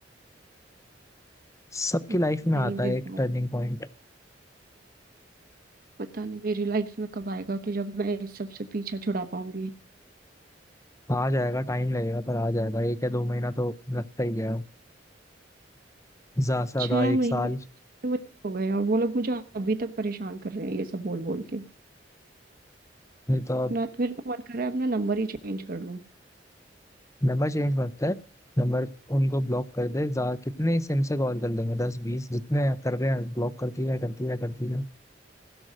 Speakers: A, on the left; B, on the right.
A: सबकी
B: मैं
A: लाइफ में आता
B: नहीं दे
A: है एक
B: पाऊँ
A: टर्निंग पॉइंट
B: पता नहीं मेरी लाइफ में कब आएगा कि जब मैं इस सब से पीछा छुड़ा पाऊंगी
A: आ जाएगा टाइम लगेगा पर आ जाएगा एक या दो महीना तो लगता ही गया ज्यादा से ज्यादा
B: छह
A: एक
B: महीने
A: साल
B: छह महीने हो गए और वो लोग मुझे अभी तक परेशान कर रहे हैं ये सब बोल बोल के
A: नहीं तो
B: ना मेरा तो मन कर रहा है अपना नंबर ही चेंज कर लूं
A: नंबर चेंज मत कर नंबर उनको ब्लॉक कर दे जा कितने सिम से कॉल कर लेंगे दस बीस जितने कर रहे हैं ब्लॉक करती रहे करती रहे करती रहे